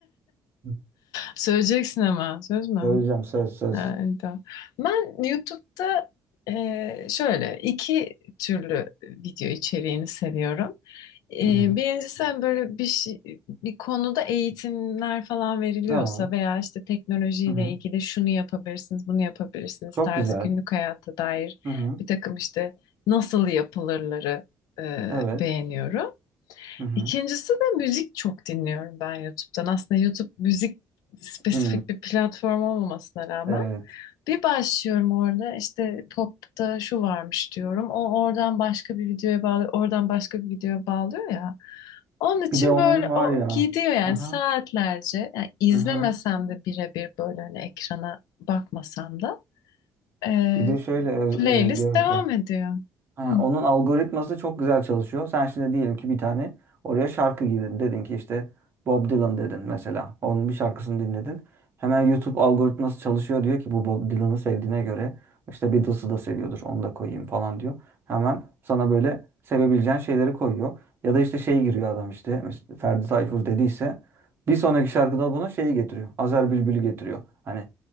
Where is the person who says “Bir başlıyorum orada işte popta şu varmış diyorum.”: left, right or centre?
Left